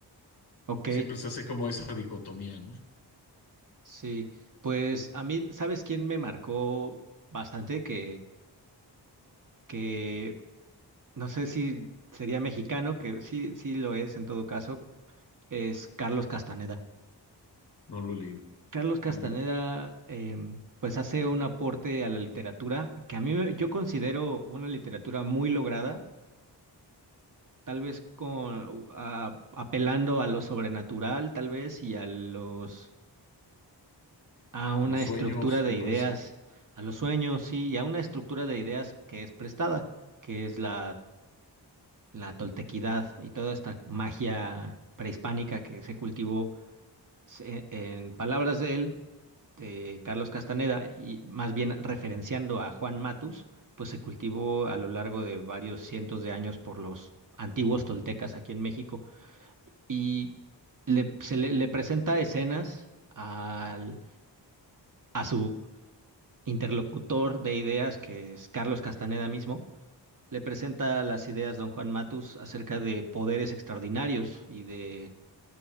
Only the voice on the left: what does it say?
Siempre se hace como esa dicotomía, ¿no?
No lo he leído.
No lo he leído.
A los
sueños,
me
parece, ¿no?